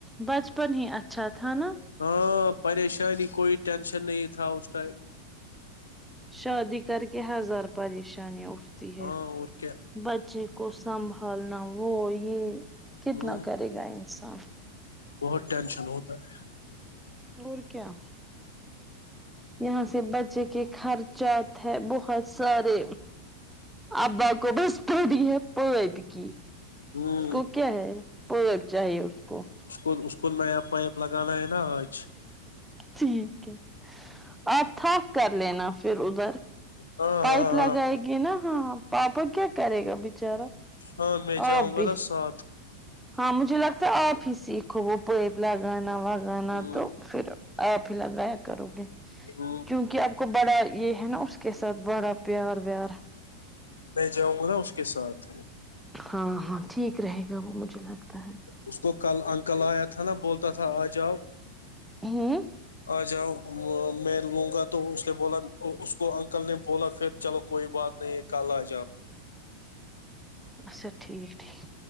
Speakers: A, in the centre; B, on the left.
A: بچپن ہی اچھا تھا نا
B: ہاں پریشانی کوئی ٹینشن نہیں تھا اس ٹائم
A: شادی کر کے ہزار پریشانیاں اٹھتی ہے
B: ہاں اور کیا
A: بچے کو سنبھالنا وہ یہ کتنا
B: ہوں
A: کرے گا انسان
B: بہت ٹینشن ہوتا ہے
A: اور کیا یہاں سے بچے کے خرچ ہے بہت سارے ابا کو بس پڑی ہے پیپ کی اس
B: ہے ہوں
A: کو کیا ہے پیپ چاہیے اس کو
B: اس کو اس کو نیا پائپ لگانا ہے نا آج
A: ٹھیک ہے آپ تھف کر لینا پھر ادھر
B: ہاں
A: پائپ
B: ہاں ہاں
A: لگائے گی نا ہاں پاپا کیا کرے گا بچارا
B: ہاں میں جاؤں
A: آپ
B: گا
A: بھی
B: نا ساتھ
A: ہاں مجھے لگتا ہے آپ ہی سیکھو وہ پیپ لگانا وگانا لگانا
B: ہ
A: تو پھر آپ ہی لگایا کرو گے
B: ہ
A: کیونکہ اب کو بڑا یہ ہے نا اس کے ساتھ بڑا پیار ویار
B: میں جاؤں گا نا اس کے ساتھ
A: ہاں ہاں ٹھیک رہے گا وہ مجھے لگتا ہے
B: اس کو کل انکل آیا تھا نا بولتا تھا آ جاؤ
A: ہوں
B: آ جاؤ میں لوں گا تو اس نے بولا اس کو انکل نے بولا پھر چلو کوئی بات نہیں ہے کل آ جاؤ
A: اچھا ٹھیک ٹھیک